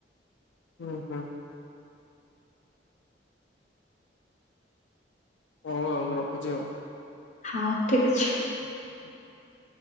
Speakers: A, on the left; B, on the left.
A: ହୁଁ ହୁ। ହଉ ଆଉ ମୁଁ ରଖୁଛି ଆଉ।
B: ହଁ ଠିକ ଅଛି।
A: <unintelligible>